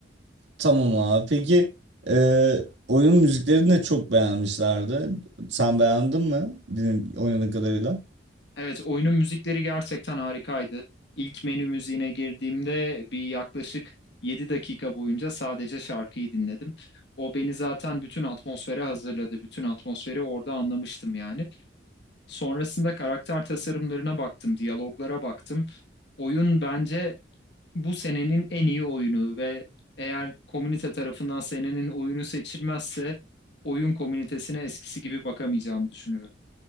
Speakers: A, on the right; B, on the left.
A: Tamam abi. Peki eee, oyun müziklerini de çok beğenmişlerdi. Sen beğendin mi? Din, oynadığın kadarıyla.
B: Evet, oyunun müzikleri gerçekten harikaydı. İlk menü müziğine girdiğimde bir yaklaşık 7 dakika boyunca sadece şarkıyı dinledim. O beni zaten bütün atmosfere hazırladı. Bütün atmosferi orada anlamıştım yani. Sonrasında karakter tasarımlarına baktım, diyaloglara baktım. Oyun bence bu senenin en iyi oyunu ve eğer komünite tarafından senenin oyunu seçilmezse oyun komünitesine eskisi gibi bakamayacağımı düşünüyorum.